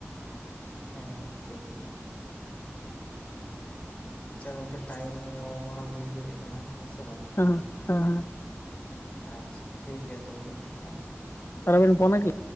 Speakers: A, on the left (about 25°); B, on the left (about 60°).
A: ᱦᱮᱸ ᱴᱷᱤᱠ ᱴᱷᱤᱠ ᱴᱷᱤᱠ ᱾ ᱟᱪᱪᱷᱟ ᱜᱚᱝᱠᱮ ᱴᱟᱭᱤᱢ ᱢᱚ ᱢᱟ ᱦᱩᱭ ᱦᱮᱡ ᱟᱠᱟᱱᱟ ᱦᱮᱸ ᱥᱮ ᱵᱟᱝ ᱾
B: <unintelligible>
A: ᱟᱪᱪᱷᱟ ᱴᱷᱤᱠ ᱜᱮᱭᱟ ᱛᱚᱵᱮ ᱜᱚᱝᱠᱮ ᱦᱮᱸ ᱾
B: ᱟᱨᱚ ᱵᱤᱱ ᱯᱷᱚᱱᱼᱟ ᱠᱤ?